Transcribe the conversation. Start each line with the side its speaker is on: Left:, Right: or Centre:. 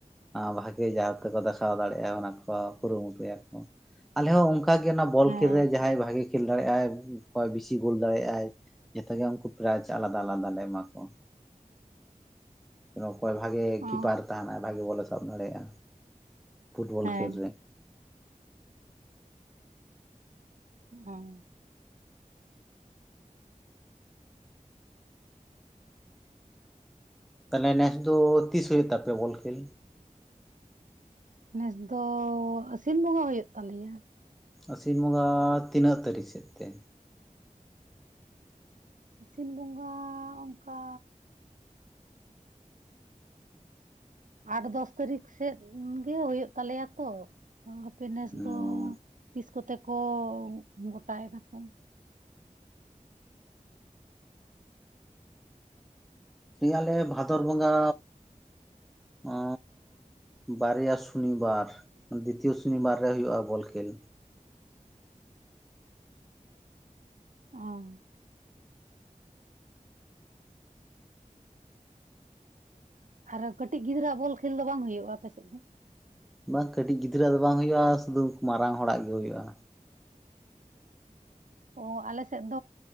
Centre: ᱵᱷᱟᱜᱤ ᱡᱟᱦᱟᱣ ᱛᱮᱠᱚ ᱫᱟᱥᱟᱣ ᱫᱟᱲᱮᱭᱟᱜ-ᱟ ᱚᱱᱟ ᱠᱚ ᱠᱩᱨᱩᱢᱩᱴᱩ ᱭᱟᱠᱚ ᱟᱞᱮ ᱦᱚᱸ ᱚᱝᱠ ᱚᱱᱠᱟᱜ ᱜᱮ ᱚᱱᱟ ᱵᱚᱞ
Right: ᱦᱮᱸ
Centre: ᱠᱷᱮᱞ ᱨᱮ ᱡᱟᱦᱟᱸᱭ ᱵᱷᱟᱜᱮ ᱠᱷᱮᱞ ᱫᱟᱲᱮᱭᱟᱜ ᱚᱠᱚᱭ ᱵᱮᱥᱤ ᱜᱳᱞ ᱫᱟᱲᱮᱭᱟᱜ ᱟᱭ ᱡᱚᱛᱚ ᱜᱮ ᱩᱱᱠᱩ ᱯᱨᱟᱭᱤᱡᱽ ᱟᱞᱟᱫᱟ ᱟᱞᱟᱫᱟ ᱞᱮ ᱮᱢᱟ ᱠᱚᱣᱟ ᱚᱠᱚᱭ ᱵᱷᱟᱜᱮ
Right: ᱚ
Centre: ᱠᱤᱯᱟᱨ ᱛᱟᱦᱮᱱᱟᱭ ᱵᱷᱟᱜᱮ ᱵᱚᱞᱮ ᱥᱟᱵ ᱫᱟᱲᱮᱭᱟᱜᱼᱟ ᱯᱷᱩᱴᱵᱚᱞ
Right: ᱦᱮᱸ
Centre: ᱠᱷᱮᱞ ᱨᱮ᱾
Right: ᱦᱚᱝ
Centre: ᱛᱟᱦᱚᱸᱞᱮ ᱱᱮᱥ ᱫᱚ ᱛᱤᱥ ᱦᱩᱭᱩᱜ ᱛᱟᱯᱮᱭᱟ ᱵᱚᱞ ᱠᱷᱮᱞ?
Right: ᱱᱮᱥ ᱫᱚᱻ ᱟᱹᱥᱤᱱ ᱵᱚᱸᱜᱟ ᱦᱩᱭᱩᱜ ᱛᱟᱞᱮᱭᱟ᱾
Centre: ᱟᱹᱥᱤᱱ ᱵᱚᱸᱜᱟ ᱛᱤᱱᱟᱹᱜ ᱛᱟᱹᱨᱤᱠᱷ ᱥᱮᱫ ᱛᱮ?
Right: ᱟᱹᱥᱤᱱ ᱵᱚᱸᱜᱟ ᱚᱱᱠᱟᱻ᱾ ᱟᱴ ᱫᱚᱥ ᱛᱟᱹᱨᱤᱠᱷ ᱥᱮᱫ ᱜᱮ ᱦᱩᱭᱩᱜ ᱛᱟᱞᱮᱭᱟ ᱛᱚ, ᱦᱟᱯᱮ ᱱᱮᱥ
Centre: ᱚ
Right: ᱫᱚᱻ ᱾ ᱛᱤᱥ ᱠᱚᱛᱮ ᱠᱚᱻ ᱜᱚᱴᱟᱭ ᱫᱟ ᱠᱚ᱾
Centre: ᱞᱟᱹᱭ ᱟᱞᱮ ᱵᱷᱟᱫᱚᱨ ᱵᱚᱸᱜᱟ ᱚᱻ ᱵᱟᱨᱭᱟ ᱥᱚᱱᱤᱵᱟᱨ᱾ ᱫᱤᱛᱤᱭᱚ ᱥᱚᱱᱤᱵᱟᱨ ᱨᱮ ᱦᱩᱭᱩᱜ-ᱟ ᱵᱚᱞ ᱠᱷᱮᱞ᱾
Right: ᱩ ᱟᱨᱚ ᱠᱟᱹᱴᱤᱡ ᱜᱤᱫᱽᱨᱟᱹᱣᱟᱜ ᱵᱚᱞ ᱠᱷᱮᱞ ᱫᱚ ᱵᱟᱝ ᱦᱩᱭᱩᱜ-ᱟ ᱟᱯᱮ ᱥᱮᱫ ᱫᱚ?
Centre: ᱵᱟᱝ ᱠᱟᱹᱴᱤᱡ ᱜᱤᱫᱽᱨᱟᱹᱣᱟᱜ ᱫᱚ ᱵᱟᱝ ᱦᱩᱭᱩᱜ-ᱟ ᱥᱩᱫᱩ ᱢᱟᱨᱟᱝ ᱦᱚᱲᱟᱜ ᱜᱮ ᱦᱩᱭᱩᱜ-ᱟ᱾
Right: ᱚ ᱟᱞᱮ ᱥᱮᱫ,